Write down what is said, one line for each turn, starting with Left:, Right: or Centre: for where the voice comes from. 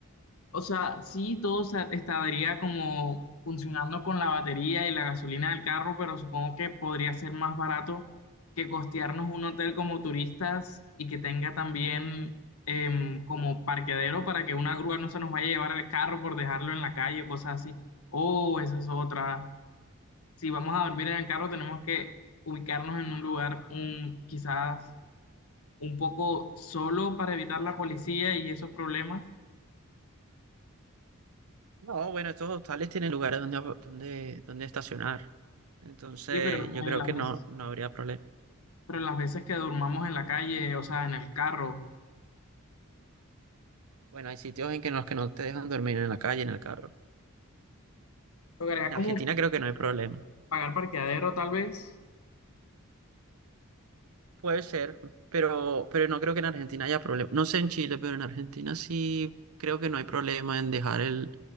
Left: O sea, sí, todo sa- estaría como funcionando con la batería y la gasolina del carro, pero supongo que podría ser más barato que costearnos un hotel como turistas y que tenga también em, como parqueadero para que una grúa no se nos vaya a llevar el carro por dejarlo en la calle o cosas así. Oh, esa es otra. Si vamos a dormir en el carro, tenemos que ubicarnos en un lugar un, quizás un poco solo para evitar la policía y esos problemas.
Right: No, bueno, estos hostales tienen lugares donde, donde, donde estacionar. Entonces,
Left: Sí, pero
Right: yo
Left: en
Right: creo
Left: las
Right: que
Left: veces
Right: no, no habría problema.
Left: pero las veces que durmamos en la calle, o sea, en el carro,
Right: Bueno, hay sitios en que los que no te dejan dormir en la calle, en el carro.
Left: lograría
Right: En
Left: como
Right: Argentina creo que no hay problema.
Left: pagar parqueadero tal vez.
Right: Puede ser, pero, pero no creo que en Argentina haya problema. No sé en Chile, pero en Argentina sí creo que no hay problema en dejar el,